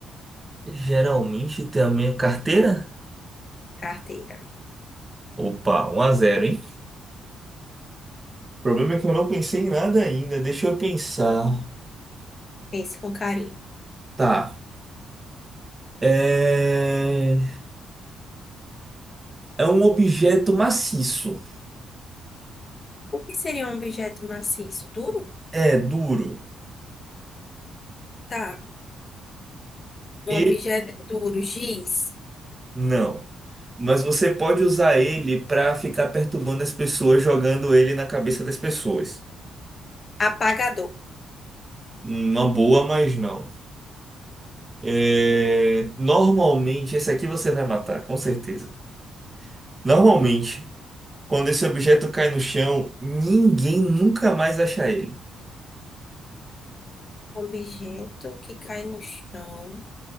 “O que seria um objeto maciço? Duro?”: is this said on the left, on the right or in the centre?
Left